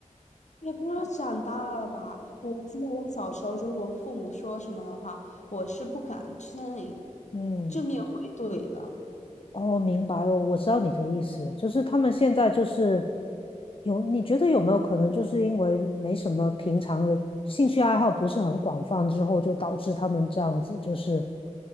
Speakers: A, on the left; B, on the left.
A: 也不知道长大了吧，我记得我小时候，如果父母说什么的话，我是不敢去那里
B: <laughs> 嗯。
A: 正面回怼的。
B: 哦，明白哦，我知道你的意思，就是他们现在就是有，你觉得有没有可能就是因为没什么平常的兴趣爱好不是很广泛之后，就导致他们这样子，就是